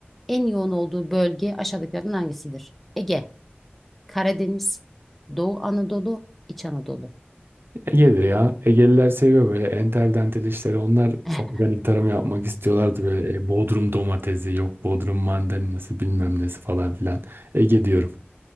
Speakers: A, in the centre; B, on the right.
A: en yoğun olduğu bölge aşağıdakilerden hangisidir? Ege, Karadeniz, Doğu Anadolu, İç Anadolu.
B: Ege'dir ya. Egeliler seviyor böyle entel dantel işleri. Onlar
A: <laughs>
B: organik tarım yapmak istiyorlardı böyle e, Bodrum domatesi yok Bodrum mandalinası bilmem nesi falan filan. Ege diyorum.